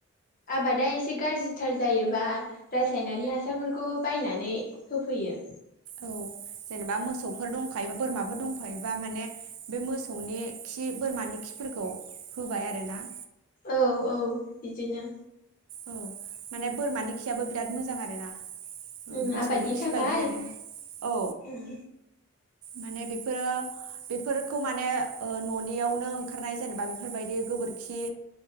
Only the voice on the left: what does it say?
आबादा एसे गाज्रिथार जायोबा रासायनारि हासारफोरखौ बायनानै होफैयो।
औ औ बिदिनो।
उम
आबादनि
थाखाय
उम